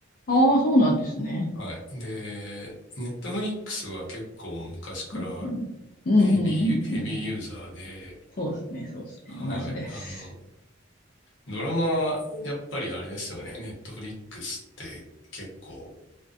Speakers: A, on the left; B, on the left.
A: ああ、そうなんですね。
B: はい。で、Netflix は結構昔から
A: うん、うん、
B: ヘビー、
A: うん、
B: ヘビーユーザーで、
A: うん。うんそうですね、そうですね。
B: はい。
A: 同じです。
B: あの、ドラマ、やっぱりあれですよね。Netflix って結構